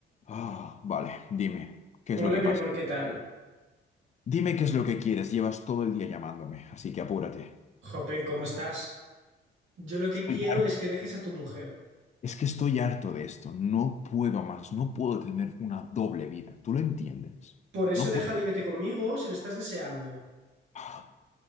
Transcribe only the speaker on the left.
Ah, vale, dime, ¿qué es
lo que
pasa?
Dime qué es lo que quieres, llevas todo el día llamándome, así que apúrate.
Estoy
harto.
Es que estoy harto de esto, no puedo más, no puedo tener una doble vida, ¿tú lo entiendes?
No puedo.
<gasps>
Ah,